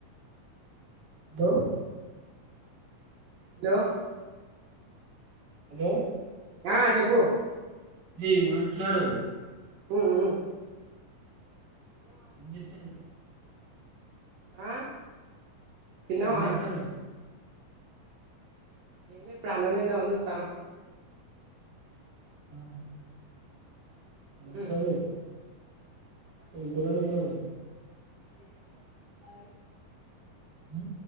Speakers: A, on the right; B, on the right.
A: దో
B: దో
A: హలో
B: ఆ చెప్పు
A: ఏ మాట్లాడు
B: ఉ ఉ
A: ఏం చెప్పావ్
B: ఆ తిన్నవా
A: ఏం చెత్తనవ్
B: ఏం లె ఇప్పుడు అన్నం తిందామని జుతన్న
A: ఆ ఉండాలే
B: ఉమ్
A: ఏం కూర వండుతున్నారు
B: <inaudible> అది
A: ఉ